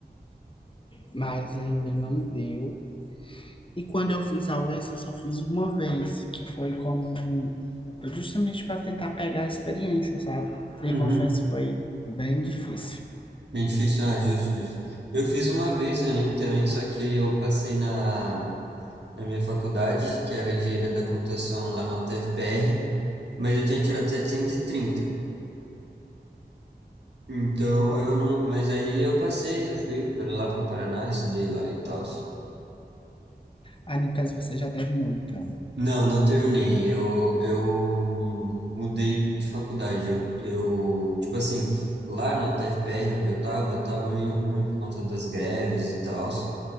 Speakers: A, on the left; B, on the right.
A: mas ainda não deu. E quando eu fiz a UES, eu só fiz uma vez, que foi como justamente para tentar pegar a experiência, sabe? E
B: Uhum.
A: confesso, que foi bem difícil.
B: Bem difícil, ah, justo, justo. Eu fiz uma vez, eu nem também, só que eu passei na, na minha faculdade, que era engenharia da computação lá na UTFPR. Mas eu tinha tirado setecentos e trinta, Então
A: Foi bom.
B: eu não. Mas aí eu passei, eu fui para lá pro Paraná, estudei lá e tal.
A: Aí, no caso, você já terminou, então.
B: Não, não terminei. Eu, eu mudei de faculdade. Eu, eu, tipo assim, lá na UTFPR, onde eu tava, tava meio ruim por conta das greves e tal.